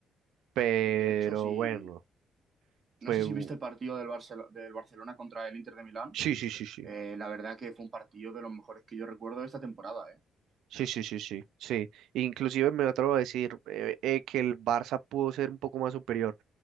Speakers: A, on the right; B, on the right.
A: Pero
B: De hecho, si
A: bueno, fue...
B: no sé si
A: u-
B: viste el partido del Barcelo- del Barcelona contra el Inter de Milán.
A: Sí, sí, sí, sí.
B: Eh, la verdad que fue un partido de los mejores que yo recuerdo de esta temporada, ¿eh?
A: Sí, sí, sí, sí, sí. Inclusive me atrevo a decir eh, eh, que el Barça pudo ser un poco más superior,